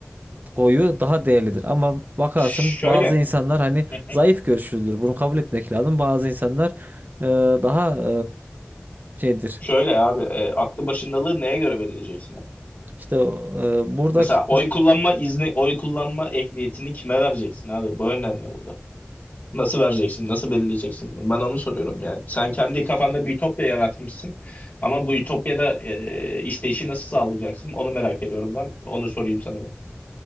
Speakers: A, on the right; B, on the left.
A: koyu daha değerlidir. Ama bakarsın
B: Şöyle.
A: bazı insanlar hani
B: <laughs>
A: zayıf görüşlüdür. Bunu kabul etmek lazım. Bazı insanlar e, daha e, şeydir.
B: Şöyle abi e, aklı başındalığı neye göre belirleyeceksin abi?
A: İşte e, buradaki
B: Mesela oy kullanma izni, oy kullanma ehliyetini kime vereceksin abi? Bu önemli burada. Nasıl vereceksin? Nasıl belirleyeceksin bunu? Ben onu soruyorum yani. Sen kendi kafanda bir ütopya yaratmışsın ama bu ütopyada e, işleyişi nasıl sağlayacaksın? Onu merak ediyorum ben. Onu sorayım sana ben.